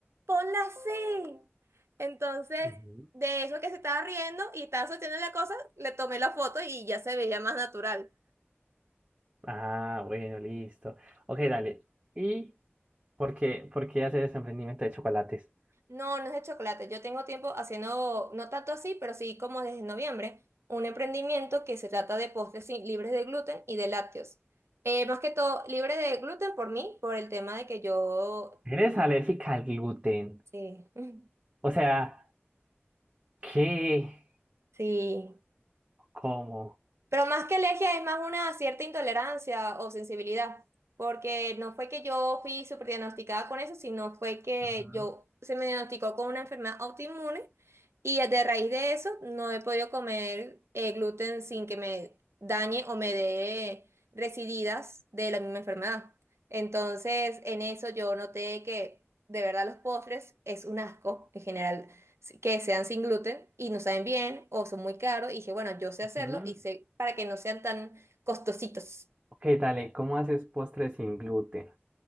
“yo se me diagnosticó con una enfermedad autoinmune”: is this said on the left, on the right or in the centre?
Right